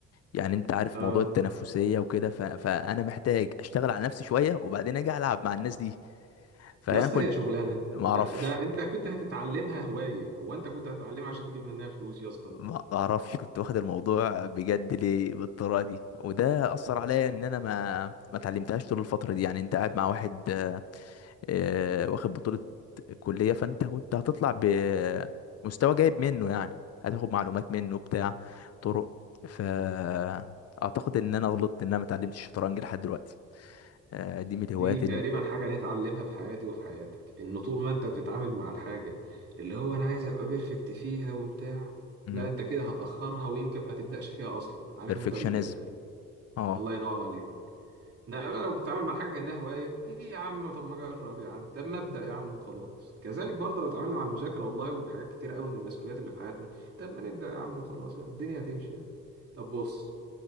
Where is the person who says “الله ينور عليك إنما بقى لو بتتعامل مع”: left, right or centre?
Right